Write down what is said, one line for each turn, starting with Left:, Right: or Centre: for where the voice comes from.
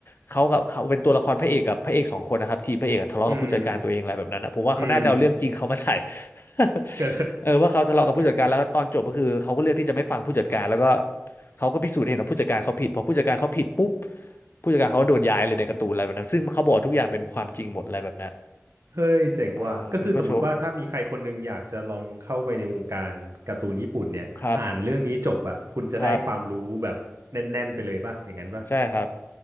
Left: เขากับเขาเป็นตัวละครพระเอกกับพระเอกสองคนนะครับทีมพระเอกอะทะเลาะกับผู้จัดการตัวเองอะไรแบบนั้นนะผมว่าเขาน่าจะเอาเรื่องจริงเขามาใส่
Right: อืมอืม
Left: <laughs>
Right: <laughs> เอ
Left: เออว่าเขาทะเลาะกับผู้จัดการแล้วก็ตอนจบก็คือเขาก็เลือกที่จะไม่ฟังผู้จัดการแล้วก็
Right: อ <laughs>
Left: เขาก็พิสูจน์ให้เห็นว่าผู้จัดการเขาผิดพอผู้จัดการเขาผิดปุ๊บผู้จัดการเขาก็โดนย้ายเลยในการ์ตูนอะไรแบบนั้นซึ่งเขาบอกทุกอย่างเป็นความจริงหมดอะไรแบบนั้น
Right: เฮ้ยเจ๋งว่ะก็คือสมมติว่าถ้ามีใครคนหนึงอยากจะลองเข้าไปในวงการการ์ตูนญี่ปุ่นเนี่ยอ่านเรื่องนี้จบอ่ะคุณจะได้ความรู้แบบแน่นๆไปเลยป่ะอย่างนั้นป่ะ
Left: เออมันก็โชว์ครับครับ ใช่ครับ